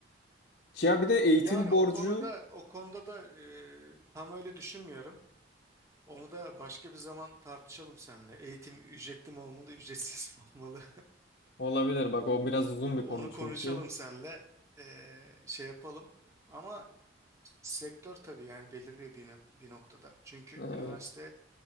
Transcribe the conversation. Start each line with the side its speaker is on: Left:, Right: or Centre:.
Left: Ya bir de eğitim
Right: Yani
Left: borcu
Right: o konuda o konuda da e, tam öyle düşünmüyorum. Onu da başka bir zaman tartışalım seninle. Eğitim ücretli mi olmalı, <laughs> ücretsiz mi olmalı?
Left: olabilir. Bak o biraz uzun
Right: <laughs> Onu
Left: bir konu çünkü.
Right: konuşalım seninle. E, şey yapalım. Ama sektör tabii yani belirliyor bir, nok- bir noktada. Çünkü
Left: Evet.
Right: üniversite